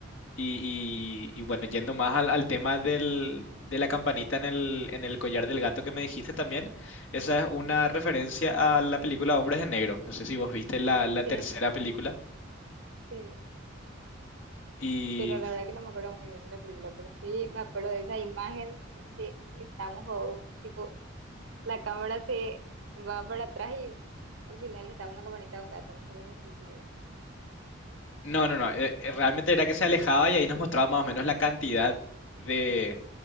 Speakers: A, on the left; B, on the right.
A: Y, y- y bueno, yendo más al, al tema del- de la campanita en el, en el collar del gato que me dijiste también, esa es una referencia a la película Hombres de Negro. No sé si vos viste la, la tercera
B: Sí,
A: película.
B: sí.
A: Y
B: Pero la verdad que no me acuerdo muy bien de la película, pero sí me acuerdo de esa imagen en que estamos, o, tipo, la cámara se va para atrás y al final estaba una campanita de un gato, no sé cómo decirte que es.
A: no, no, no, eh, eh, realmente era que se alejaba y ahí nos mostraba más o menos la cantidad de,